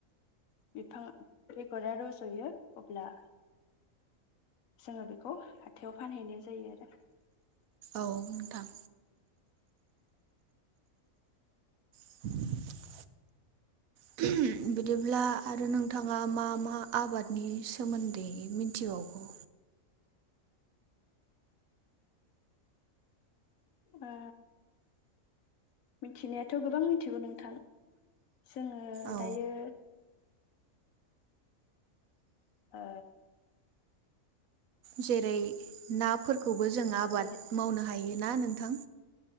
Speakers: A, on the left; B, on the right.
A: बिफां बेगरा रज'यो अब्ला जोङो बेखौ हाथायाव फानहैनाय जायो आरो‌।
B: औ नोंथां। <unintelligible> <unintelligible> बिदिब्ला आरो नोंथाङा मा मा आबादनि सोमोन्दै मिथिबावगौ?
A: ओ मिथिनायाथ गोबां मिथिगौ नोंथां। जोङो
B: औ
A: दायो। ओ
B: जेरै नाफोरखौबो जों आबाद
A: जेरै
B: मावनो हायोना नोंथां